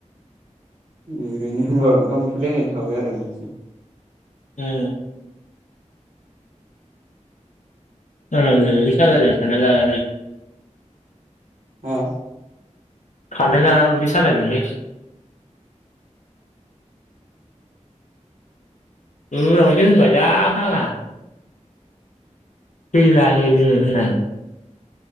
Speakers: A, on the right; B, on the left.
A: ओरैनो होनबा ओंखाम उखैलायनाय थाबाय आरो नोंसोर?
B: उम <unintelligible> उदै सालायदों खान्थाल जानानै।
A: हा?
B: खान्थाल जाना उदै सालायदोंलै उनावसो होनबाय जा फाग्ला। फैलानो दिनै होननाय।